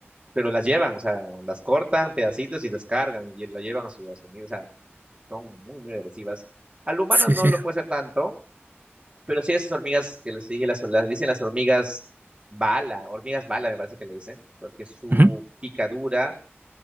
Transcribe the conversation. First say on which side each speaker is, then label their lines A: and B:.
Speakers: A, on the right; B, on the right.
A: pero las llevan, o sea, las cortan pedacitos y las cargan y lo llevan a sus hormigas, o sea, son muy, muy agresivas. Al humano
B: sí,
A: no
B: sí.
A: lo puede ser tanto, pero sí esas hormigas que les dije, las, las dicen las hormigas bala, hormigas bala me parece que le dicen, porque su
B: Ujú.
A: picadura,